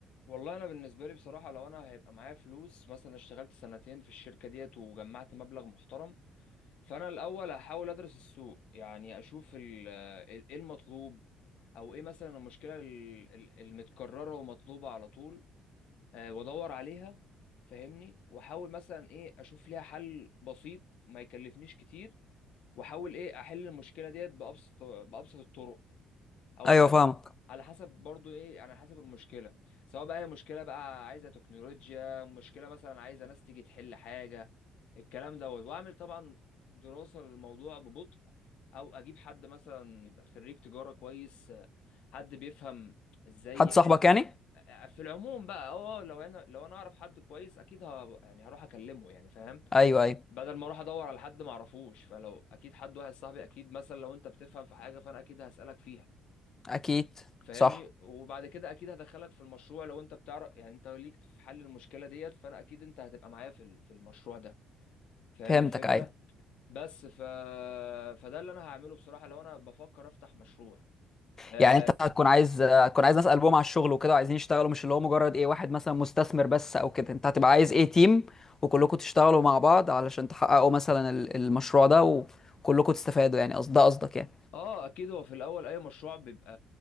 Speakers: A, on the left (about 65°); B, on the left (about 20°).
A: والله انا بالنسبه لي بصراحه لو انا هيبقى معايا فلوس مثلا اشتغلت سنتين في الشركه ديت وجمعت مبلغ محترم فانا الاول هحاول ادرس السوق يعني اشوف ال- ال- ايه المطلوب او ايه مثلا المشكله ال- ال- المتكرره ومطلوبه على طول آه، وادور عليها فاهمني واحاول مثلا ايه اشوف ليها حل بسيط ما يكلفنيش كتير واحاول ايه احل المشكله ديت بابسط بابسط الطرق او فاهم
B: ايوه فاهمك
A: على حسب برضو ايه يعني على حسب المشكله سواء بقى هي مشكله بقى عايزه تكنولوجيا مشكله مثلا عايزه ناس تيجي تحل حاجه الكلام دوت واعمل طبعا دراسه للموضوع ببطء او اجيب حد مثلا خريج تجاره كويس حد بيفهم ازاي
B: حد
A: يحل
B: صاحبك يعني
A: في العموم بقى اه آه، لو انا لو انا اعرف حد كويس اكيد ه... يعني هروح اكلمه يعني فاهم
B: ايوه ايوه
A: بدل ما اروح ادور على حد ما اعرفوش فلو اكيد حد واحد صاحبي اكيد مثلا لو انت بتفهم في حاجه فانا اكيد هسالك فيها
B: اكيد
A: فاهمني
B: صح
A: وبعد كده اكيد هدخلك في المشروع لو انت بتعرف يعني انت ليك في حل المشكله ديت فانا اكيد انت هتبقى معايا في ال- في المشروع ده فاهم
B: فهمتك
A: الفكره
B: ايوه
A: بس ف فده اللي انا هعمله بصراحه لو انا بفكر افتح مشروع آه،
B: يعني انت هتكون عايز هتكون عايز ناس قلبهم على الشغل وكده وعايزين يشتغلوا مش اللي هو مجرد ايه واحد مثلا مستثمر بس او كده انت هتبقى عايز ايه تيم وكلكم تشتغلوا مع بعض علشان تحققوا مثلا ال- المشروع ده وكلكم تستفادوا يعني قصد ده قصدك يعني
A: اه اكيد هو في الاول اي مشروع بيبقى